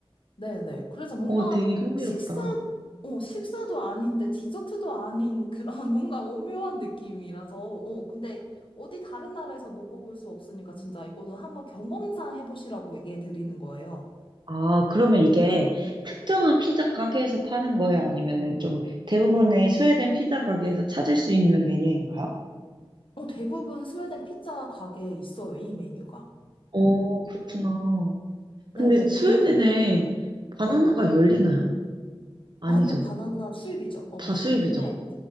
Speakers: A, on the left; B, on the right.
A: 네네. 그래서 뭔가
B: 어, 되게 흥미롭다.
A: 식사, 어, 식사도 아닌데 디저트도 아닌 그런 <laughs> 뭔가 오묘한 느낌이라서, 어, 근데 어디 다른 나라에서 먹어볼 수 없으니까 진짜 이거는 한번 경험상 해보시라고 얘기해 드리는 거예요.
B: 아, 그러면 이게 특정한 피자 가게에서 파는 거예요? 아니면은 좀 대부분의 스웨덴 피자 가게에서 찾을 수 있는 메뉴인가요?
A: 어, 대부분 스웨덴 피자 가게에 있어요, 이 메뉴가.
B: 오 그렇구나. 근데
A: 네네.
B: 스웨덴에
A: 그리고,
B: 바나나가
A: 네.
B: 열리나요? 아니죠.
A: 아니요, 바나나 수입이죠. 어,
B: 다
A: 수입인데.
B: 수입이죠.